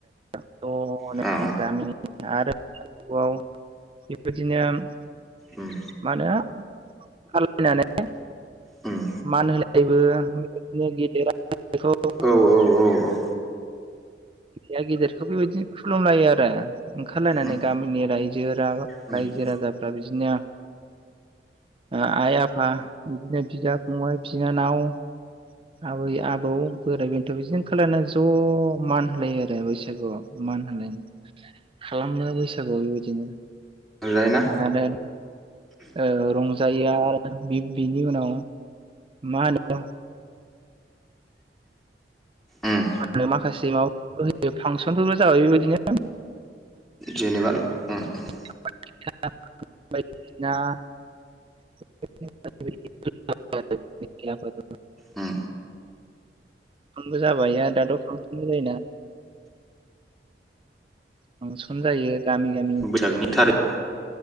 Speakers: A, on the right; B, in the centre.
A: <unintelligible>
B: ओ ओ
A: आरो आव बेबायदिनो
B: उम
A: मानो खालायनानै
B: उम।
A: मान होलायनायबो बेबायदिनो गेदेरा उन्दैखौ
B: औ औ औ औ।
A: उन्दैआ गेदेरखौ बेबायदिनो खुलुमलायो आरो ओंखारलायनानै
B: उम
A: गामिनि रायजो राजा
B: उम
A: रायजो राजाफ्रा बिदिनो आइ आफा बिदा फंबाय बिनानाव आबै आबौ बोराइ बेन्थ' बिदिनो ओंखारलांनायनै ज' मान होलायो आरो बैसागुआव। मान होलायनाय खालामो बैसागुआव बेबायदिनो
B: जायोना
A: आरो ओ रंजायो आरो बिनि उनाव मा होनो
B: उम
A: मानो माखासे माबाफोर होयो फांसनफोरबो जाबाय बेबायदिनो।
B: जेनेबा उम उम।
A: <unintelligible> <inaudible>
B: उम
A: फांसनबो जाबाय आरो दाथ' फांसनबो जायोना। फांसन जायो गामि-गामि।
B: बैसागुनिकनि थारिख